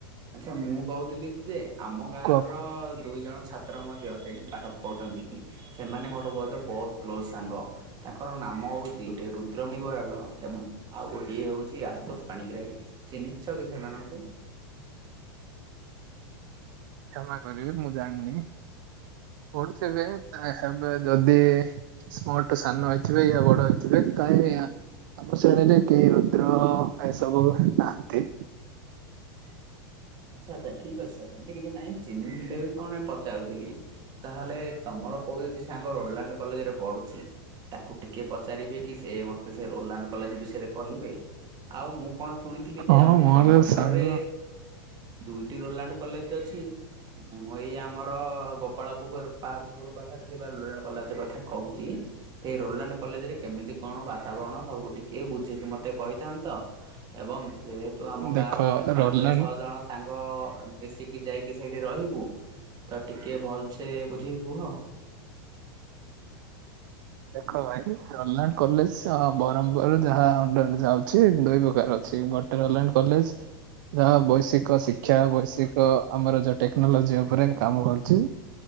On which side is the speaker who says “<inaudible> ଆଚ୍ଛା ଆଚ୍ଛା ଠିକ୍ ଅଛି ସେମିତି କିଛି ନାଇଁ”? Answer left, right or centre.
Right